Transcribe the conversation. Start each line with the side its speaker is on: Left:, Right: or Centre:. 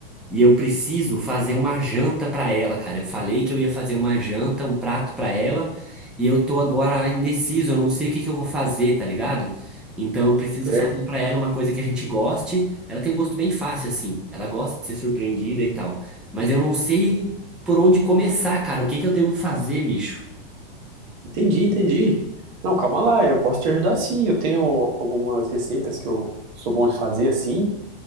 Centre: E eu preciso fazer uma janta para ela, cara. Eu falei que eu ia fazer uma janta, um prato para ela, e eu tô agora indeciso, eu não sei o que que eu vou fazer, tá ligado? Então eu preciso
Right: Certo.
Centre: fazer para ela uma coisa que a gente goste. Ela tem um gosto bem fácil assim. Ela gosta de ser surpreendida e tal. Mas eu não sei por onde começar, cara. O que que eu devo fazer, bicho?
Right: Entendi, entendi. Não, calma lá, eu posso te ajudar sim. Eu tenho algumas receitas que eu sou bom de fazer assim.